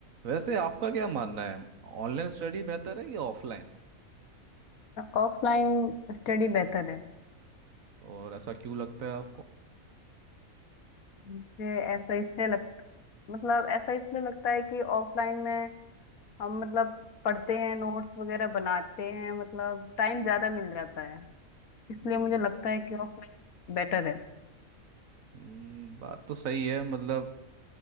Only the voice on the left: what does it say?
Offline study बेहतर है
मुझे ऐसा इसलिए लग मतलब ऐसा इसलिए लगता है कि ऑफलाइन में हम मतलब पढ़ते हैं नोट्स वगैरह बनाते हैं मतलब टाइम ज्यादा मिल जाता है इसलिए
मुझे लगता है कि ऑफलाइन बेटर है